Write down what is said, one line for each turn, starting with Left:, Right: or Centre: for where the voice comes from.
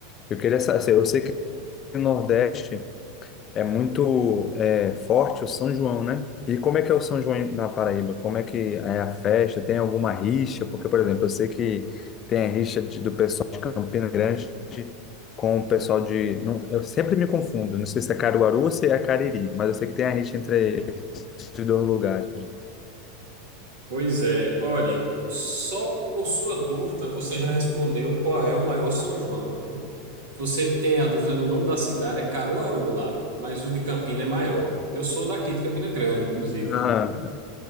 Left: Eu queria saber, eu sei que no Nordeste é muito é, forte o São João, né? E como é que é o São João em- na Paraíba? Como é que é a festa? Tem alguma rixa? Porque, por exemplo, eu sei que tem a rixa de- do pessoal de Campina Grande com o pessoal de... Não, eu sempre me confundo, não sei se é Caruaru ou se é Cariri, mas eu sei que tem a rixa entre esses dois lugares.
Right: Pois é, olhe, só por sua dúvida você já respondeu qual é o maior São João, né? Se você tem a dúvida no nome da cidade, é Caruaru lá, mas o de Campina é maior. Eu sou daqui de Campina Grande, inclusive,
Left: Aham,